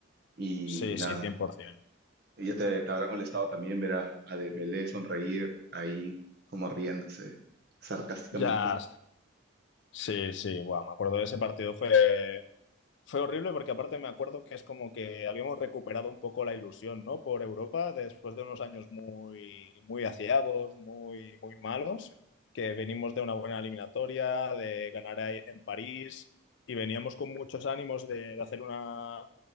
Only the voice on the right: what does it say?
Y,
y nada,
y ya te, te habrá molestado también ver a, a Dembélé sonreír ahí como riéndose sarcásticamente.